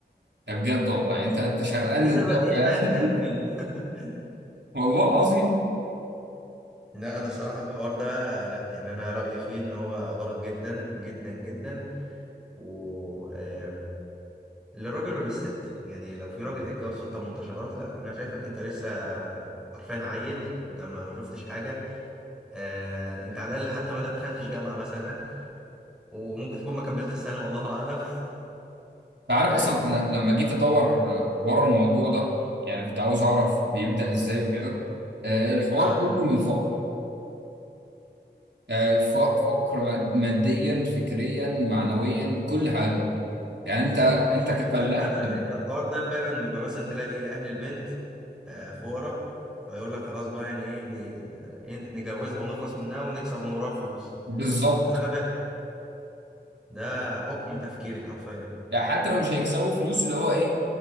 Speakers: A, on the right; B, in the centre.
A: ده بجد والله يعني انت انت شرقان
B: سيبها
A: للدرجه
B: تعيش
A: يعني
B: حياتها يا ابن ال... <laughs>
A: <laughs> والله العظيم
B: لا انا الصراحه الحوار ده لا يعني انا رايي فيه ان هو غلط جدا جدا جدا و آه، للراجل وللست يعني لو في راجل هيتجوز ست منتشرات لا انا شايفك انت لسه حرفيا عيل انت ما ما شفتش حاجه آه، انت على الاقل حتى ما دخلتش جامعه مثلا وممكن تكون ما كملت السنه والله اعلم
A: انت عارف
B: <laughs> فاهم
A: اصلا انا لما جيت ادور آه، ورا الموضوع ده يعني كنت عاوز اعرف بيبدا ازاي وكده آه، الحوار
B: اه
A: كله من الفقر آه، ف- فقر ماد- ماديا فكريا معنويا كل حاجه يعني انت انت
B: ما
A: كفلاح
B: بص انت انت
A: ب-
B: الحوار ده فعلا بيبقى مثلا تلاقي ايه اهل البنت آه، فقراء فيقول لك خلاص بقى يعني ايه دي إيه نجوزها ونخلص منها ونكسب من وراها فلوس
A: بالظبط
B: ده غباء ده عقم تفكيري حرفيا
A: يعني حتى لو مش هيكسبوا فلوس اللي هو ايه